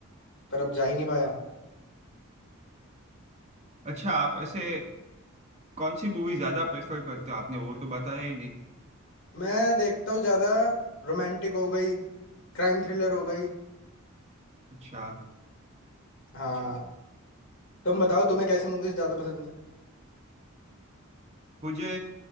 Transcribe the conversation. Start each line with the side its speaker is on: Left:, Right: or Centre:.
Left: पर अब जा ही नहीं पाया
Right: अच्छा आप ऐसे कौन सी मूवी ज्यादा प्रेफर करते हो आपने वो तो बताया ही नहीं
Left: मैं देखता हूँ ज्यादा रोमांटिक हो गई क्राइम थ्रिलर हो गई
Right: अच्छा
Left: हाँ
Right: अच्छा
Left: तुम बताओ तुम्हें कैसी मूवीज ज्यादा पसंद है
Right: मुझे